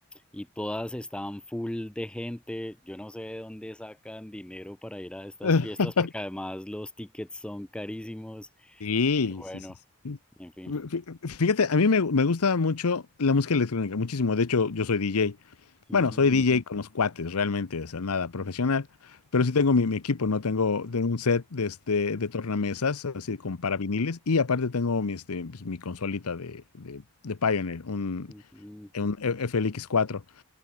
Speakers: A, in the centre; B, on the left.
A: y todas están full de gente. Yo no sé de dónde sacan dinero para ir a estas
B: <laughs>
A: fiestas porque además los tickets son carísimos.
B: Sí,
A: Y bueno,
B: sí, sí. sí.
A: en fin.
B: Fí- Fíjate, a mí me, me gusta mucho la música electrónica, muchísimo. De hecho, yo soy DJ.
A: Mm,
B: Bueno, soy DJ con los cuates, realmente, o sea, nada profesional. Pero sí tengo mi, mi equipo, ¿no? Tengo, tengo un set de, este, de tornamesas, así con para viniles. Y aparte tengo mi, este, pues, mi consolita de, de, de Pioneer, un,
A: ujú, ujú,
B: un flx cuatro.